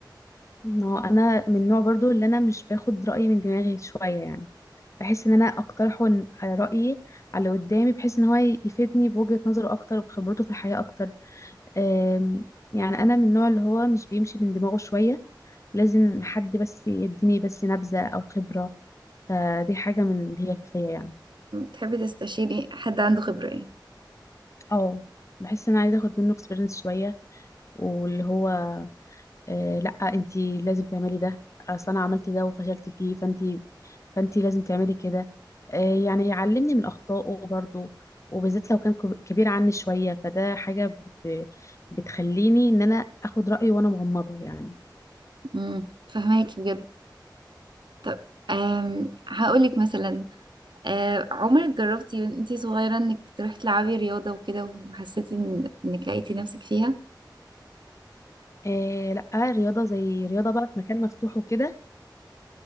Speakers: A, on the left; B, on the right.
A: ما هو انا من النوع برضو اللي انا مش باخد رايي من دماغي شويه يعني بحس ان انا اقترحه إن- على رايي على اللي قدامي بحيث ان هو ي- يفيدني بوجهه نظره اكتر وبخبرته في الحياه اكتر أم، يعني انا من النوع اللي هو مش بيمشي من دماغه شويه لازم حد بس يديني بس نبذه او خبره فدي حاجه من اللي هي فيا يعني
B: تحبي تستشيري حد عنده خبرة يعني
A: اه بحس ان انا عايزه اخد منه اكسبيرينس شويه واللي هو أه لا انتي لازم تعملي ده اصل انا عملت ده وفشلت فيه فانتي فانت لازم تعملي كده آه، يعني يعلمني من اخطائه برضو وبالذات لو كان كب- كبير عني شويه فده حاجه ب- بتخليني ان انا اخد رايه وانا مغمضه يعني
B: امم فهماكي بجد طب أم هقولك مثلا آه، عمرك جربتي وانتي صغيرة انك تروحي تلعبي رياضة وكده وحسيتي إن انك لقيتي نفسك فيها
A: آه لا رياضه زي رياضه بقى في مكان مفتوح وكده